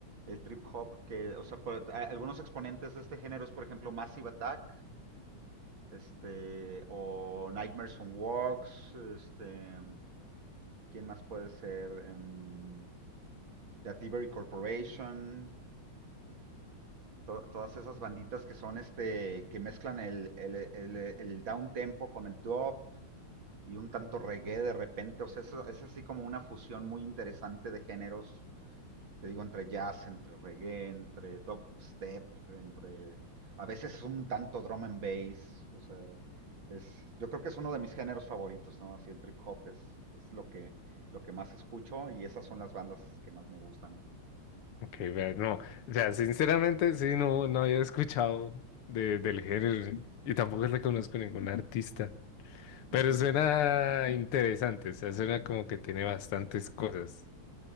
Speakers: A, on the right; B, on the left.
A: El trip hop, que, o sea, por- a- algunos exponentes de este género es, por ejemplo, Massive Attack, Este, o Nightmares on Walks, este, ¿quién más puede ser? Em, la Tibery Corporation, to- todas esas banditas que son este, que mezclan el, el, el, el down tempo con el drop y un tanto reggae de repente, o sea, eso- es así como una fusión muy interesante de géneros te digo, entre jazz, entre reggae, entre dubstep, entre... A veces es un tanto drum and bass, o sea, es, yo creo que es uno de mis géneros favoritos, ¿no? Así el trip hop es, es lo, que, lo que más escucho y esas son las bandas que más me gustan.
B: Ok, vea, no. O sea, sinceramente, sí, no, no había escuchado de, del género y tampoco le conozco ningún artista. Pero
A: Ujú.
B: suena interesante, o sea, suena como que tiene bastantes cosas.